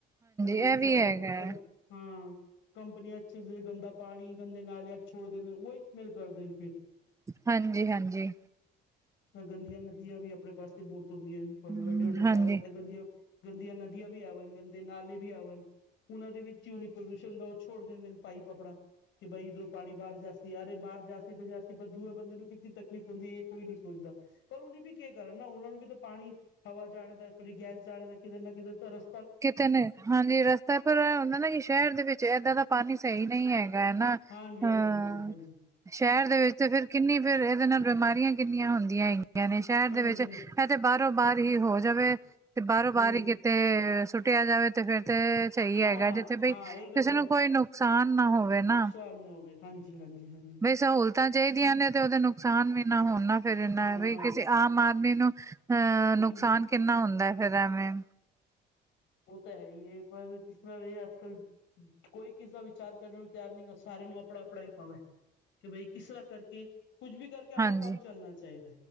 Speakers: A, on the left (about 75°); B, on the right (about 15°).
A: ਕੋਈ
B: ਇਹ
A: ਕਿਸ
B: ਵੀ ਹੈਗਾ ਐ।
A: ਹਾਂ ਕੰਪਨੀਆਂ ਅੱਛ ਗੰਦਾ ਪਾਣੀ ਗੰਦੇ ਨਾਲੇਆਂ ਛੋੜ ਦਿੰਦੇ। ਉਹੀ ਮਿਲ ਕਰਦੇ ਨੇ। ਫਿਰ
B: ਹਾਂਜੀ-ਹਾਂਜੀ,
A: ਸਗਨ ਦੀਆਂ ਨਦੀਆਂ ਵੀ ਆਪਣੇ ਪਾਸੇ ਬਹੁਤ ਹੁੰਦੀਆਂ ਨੇ। ਵੱਡੇ
B: ਹੂੰ,
A: ਵੱਡੇ ਸ਼ਹਿਰ
B: ਹਾਂਜੀ-ਹਾਂਜੀ।
A: ਤਗਨ ਦੀਆਂ। ਗੰਦੀਆਂ ਨਦੀਆਂ ਵੀ ਆਵਣ ਗੰਦੇ ਨਾਲੇ ਵੀ ਆਵਣ। ਉਹਨਾਂ ਦੇ ਵਿੱਚ ਹੂਨੀ ਪ੍ਰਦੂਸ਼ਣ ਬਹੁਤ। ਛੋੜ ਦਿੰਦੇ ਨੇ ਪਾਈਪ ਆਪਣਾ। ਕਿ ਬਈ ਇੱਧਰੋਂ ਪਾਣੀ ਬਾਹਰ ਜਾਸੀ ਯਰੇ ਬਾਹਰ ਜਾਸੀ ਤੇ ਜਾਸੀ ਪਰ ਦੂਏ ਬੰਦੇ ਨੂੰ ਕਿੰਨੀ ਤਕਲੀਫ਼ ਹੁੰਦੀ ਇਹ ਕੋਈ ਨੀ ਸੋਚਦਾ। ਪਰ ਉਹਨ ਵੀ ਕੀ ਕਰਨ ਨਾ ਉਹਨਾਂ ਨੂੰ ਵੀ ਤਾਂ ਪਾਣੀ ਹਵਾ ਜਾਣੇ ਦਾ। ਇਸ ਵਾਰੀ ਗੈਸ ਜਾਣੇ ਦਾ ਕਿਧਰ ਨਾ ਕਿਧਰ ਤਾਂ ਰਸ।
B: ਕਿਤੇ ਨੇ ਹਾਂਜੀ ਰਸਤਾ ਪਰ ਹੁੰਦਾ ਨਾ। ਕਿ ਸ਼ਹਿਰ ਦੇ ਵਿੱਚ ਇਏਦਾਂ ਦਾ ਪਾਣੀ ਸਹੀ ਨਹੀਂ ਹੈਗਾ। ਮੈਂ ਨਾ
A: ਹਾਂਜੀ
B: ਹਾਂ।
A: ਹਾਂਜੀ ਹਾਂਜੀ ਹਾਂਜੀ
B: ਸ਼ਹਿਰ ਦੇ ਵਿੱਚ ਤੇ ਫਿਰ ਕਿੰਨੀ ਫਿਰ ਇਹਦੇ ਨਾਲ ਬਿਮਾਰੀਆਂ ਕਿੰਨੀਆਂ ਹੁੰਦੀਆਂ ਹੈਗੀਆਂ ਨੇ। ਸ਼ਹਿਰ
A: ਹੂੰ
B: ਦੇ ਵਿੱਚ
A: ਹੂੰ
B: ਇਹ ਤੇ ਬਾਹਾਰੋਂ ਬਾਰ ਹੀ ਹੋ ਜਾਵੇ ਤੇ ਬਾਹਰੋਂ ਬਾਰ
A: ਹੂੰ
B: ਹੀ ਕਿਤੇ ਸੁੱਟਿਆ ਜਾਵੇ ਤੇ ਫਿਰ ਤੇ ਸਹੀ
A: ਹਾਂ
B: ਹੈਗਾ। ਜਿੱਥੇ ਬਈ
A: ਹਾਂ
B: ਕਿਸੇ
A: ਇਹ ਗੱਲ
B: ਨੂੰ ਕੋਈ ਨੁਕਸਾਨ ਨਾ ਹੋਵੇ ਨਾਂ।
A: ਨਾਂ ਹੋਵੇ ਹਾਂਜੀ-ਹਾਂਜੀ-ਹਾਂਜੀ।
B: ਬਈ ਸਹੂਲਤਾਂ ਚਾਹੀਦੀਆਂ ਨੇ। ਤੇ ਉਹਦੇ ਨੁਕਸਾਨ ਵੀ ਨਾ ਹੋਣ ਨਾ। ਫਿਰ ਜਾਂਦਾ
A: ਹਾਂ
B: ਹੈ ਬਈ ਕਿਸੇ ਆਮ ਆਦਮੀ ਨੂੰ। ਹਮ ਨੁਕਸਾਨ
A: ਹੂੰ
B: ਕਿੰਨਾ ਹੁੰਦਾ। ਫਿਰ ਐਵੇਂ।
A: ਉਹ ਤਾਂ ਹੈ ਈ ਏ। ਪਰ ਜਿਸ ਤਰ੍ਹਾਂ ਵੀ ਅੱਜ-ਕੱਲ। ਕੋਈ ਕਿਸੇ ਦਾ ਵਿਚਾਰ ਕਰਨ ਨੂੰ ਤਿਆਰ ਨਹੀਂ ਗਾ। ਸਾਰਿਆਂ ਨੂੰ ਆਪਣਾ - ਆਪਣਾ ਹੀ ਪਾਵੇ। ਕਿ ਬਈ ਕਿਸ ਤਰ੍ਹਾਂ ਕਰਕੇ ਕੁੱਝ ਵੀ ਕਰਕੇ ਆਪਣਾ
B: ਹਾਂਜੀ
A: ਕੰਮ ਚੱਲਣਾ ਚਾਹੀਦਾ।